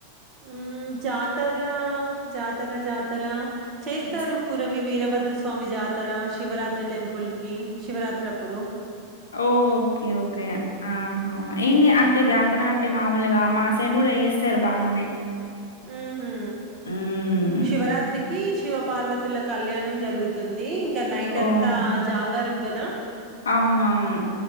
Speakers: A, on the right; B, on the left.
A: ఉ జాతర జాతర జాతర చేస్తారు
B: జ-
A: కురవి వీరభద్ర స్వామి జాతర శివరాత్రి టెంపుల్‌కి శివరాత్రి అప్పుడు
B: ఓకే ఓకే ఆహా ఏం అంటే జాతర అంటే మామూలుగా మా సైడ్ కూడా వేస్తారు బాగానే
A: ఊహు
B: ఉమ్
A: శివరాత్రికి శివ పార్వతుల కళ్యాణం జరుగుతుంది ఇంకా నైట్ అంతా
B: ఓహో
A: జాగారం కదా
B: అవునవును